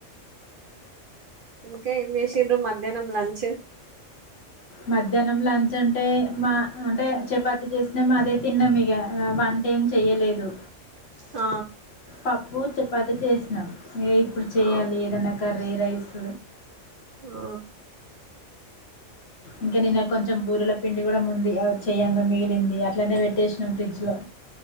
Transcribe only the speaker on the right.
ఇంకా ఏం చేసిర్రు మధ్యాహ్నం లంచ్
ఆ
ఆ
ఆ